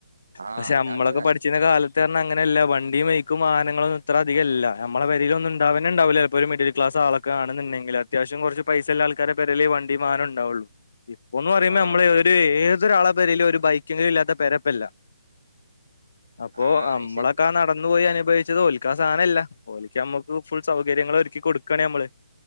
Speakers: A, on the right; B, on the left.
A: ആഹ്
B: പക്ഷെ
A: അതാണ്
B: നമ്മളൊക്കെ
A: നല്ല
B: പഠിച്ചിന്ന കാലത്ത് ത്ത് ന്നർണാങ്ങനെയ അല്ല വണ്ടിയും ബൈക്കും വാഹനങ്ങളൊന്നും ഇത്ര അധികം അല്ല നമ്മെളെ പെരിലൊന്നും ഉണ്ടാവാന്നെ ഉണ്ടാവൂല ചെല്പ്പോ ഒരു മിഡിൽ ക്ലാസ് ആളൊക്കെ ആണുന്നുണ്ടെങ്കിൽ അത്യാവശ്യം കൊറച്ച് പൈസള്ള ആൾ ക്കരെ പെരേലെ ഈ വണ്ടിവാഹനം ഉണ്ടാവുള്ളൂ ഇപ്പൊ ഒന്ന് പറയുന്ന
A: ആഹ്
B: നമ്മള് ഒരെ ഏതൊരാളെ പേരേലും ഒരു ബൈക്കങ്കിലും ഇല്ലാത്ത പെരപ്പല്ല അപ്പോ
A: ആഹ്
B: നമ്മളൊക്കെ
A: അയ്ശരി
B: നടന്നു പോയി അനുഭവിച്ചത് ഓൽക്കാ സാനല്ല ഓലിക്ക് നമ്മുക്ക് ഫുൾ സൗകര്യങ്ങൾ ഒരുക്കി കൊടുക്കണ് നമ്മള്